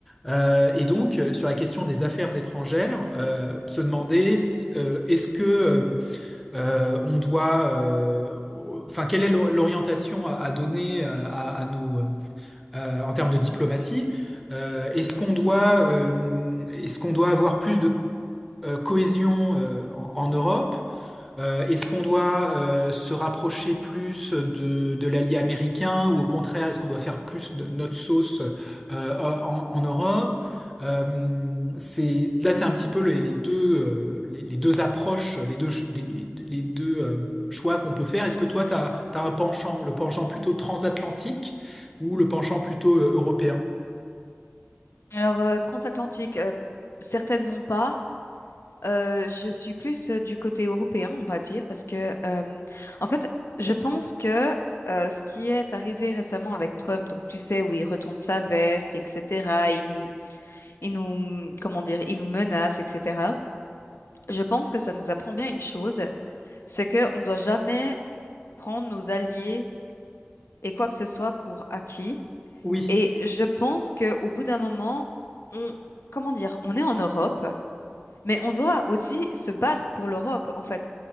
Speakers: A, in the centre; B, on the left.
A: Euh, et donc, euh, sur la question des affaires étrangères, euh, de se demander euh, est-ce que euh, euh, on doit, euh, au- enfin, quelle est l'or- l'orientation à, à donner à, à- à nos, euh, en termes de diplomatie? Euh, est-ce qu'on doit, euh, est-ce qu'on doit avoir plus de euh, cohésion euh, en, en Europe? Euh, est-ce qu'on doit euh, se rapprocher plus de, de l'allié américain ou au contraire, est-ce qu'on doit faire plus de notre sauce euh, en, en Europe? Euh, c'est, là, c'est un petit peu les, les deux, euh, les, les deux approches, les deux, ch- des- les, les deux euh, choix qu'on peut faire. Est-ce que toi, tu as, un penchant, le penchant plutôt transatlantique ou le penchant plutôt euh, européen?
B: Alors, euh, transatlantique, euh, certainement pas. Euh, je suis plus euh, du côté européen, on va dire, parce que, euh, en fait, je pense que euh, ce qui est arrivé récemment avec Trump, donc tu sais, où il retourne sa veste, etc., il nous, il nous, comment dire, il nous menace, etc., je pense que ça nous apprend bien une chose, c'est que on doit jamais prendre nos alliés et quoi que ce soit pour acquis.
A: Oui,
B: Et je pense que au bout d'un moment, on, comment dire, on est en Europe. Mais on doit aussi se battre pour l'Europe, en fait.